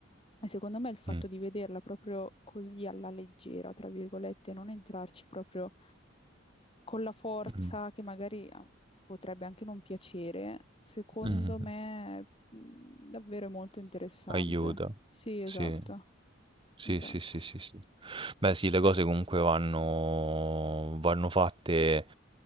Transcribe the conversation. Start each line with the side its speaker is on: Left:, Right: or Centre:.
Left: E secondo me il fatto
Right: Mh.
Left: di vederla proprio così alla leggera, tra virgolette, non entrarci proprio con la forza
Right: Mh-mh.
Left: che magari eh, potrebbe anche non piacere, secondo
Right: Mh-mh-mh.
Left: me mh, davvero è molto interessante.
Right: Aiuta.
Left: Sì, esatto,
Right: Sì. Sì,
Left: esatto,
Right: sì, sì, sì, sì. Beh sì, le cose comunque vanno vanno fatte